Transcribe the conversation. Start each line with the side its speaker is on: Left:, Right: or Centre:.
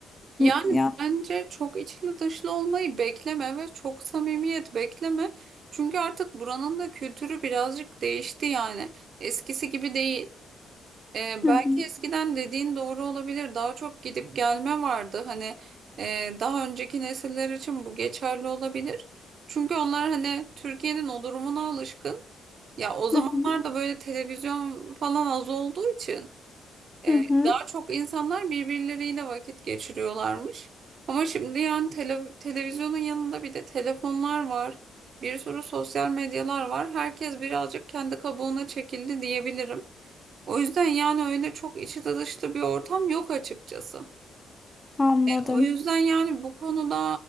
Right: Yani
Left: Hı, Ya.
Right: bence çok içli dışlı olmayı bekleme ve çok samimiyet bekleme. Çünkü artık buranın da kültürü birazcık değişti yani. Eskisi gibi değil. E,
Left: Hı
Right: belki
Left: hı.
Right: eskiden dediğin doğru olabilir. Daha çok gidip gelme vardı. Hani e, daha önceki nesiller için bu geçerli olabilir. Çünkü onlar hani Türkiye'nin o durumuna alışkın. Ya o zamanlarda
Left: Hı hı,
Right: böyle televizyon falan az olduğu için e,
Left: hı hı.
Right: daha çok insanlar birbirleriyle vakit geçiriyorlarmış. Ama şimdi yani tele- televizyonun yanında bir de telefonlar var. Bir sürü sosyal medyalar var. Herkes birazcık kendi kabuğuna çekildi diyebilirim. O yüzden yani öyle çok içi dışlı bir ortam yok açıkçası.
Left: Anladım.
Right: O yüzden yani bu konuda